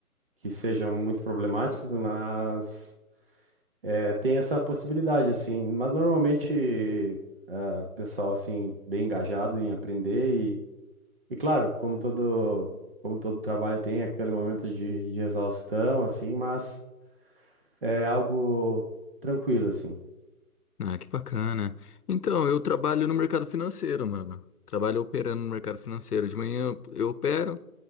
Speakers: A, on the right; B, on the left.
A: que sejam muito problemáticos, mas é, tem essa possibilidade, assim. Mas normalmente, ah, pessoal, assim, bem engajado em aprender e, e claro, como todo, como todo trabalho tem aquele momento de, de exaustão, assim, mas é algo tranquilo, assim.
B: Ah, que bacana. Então, eu trabalho no mercado financeiro, mano. Trabalho operando no mercado financeiro. De manhã eu opero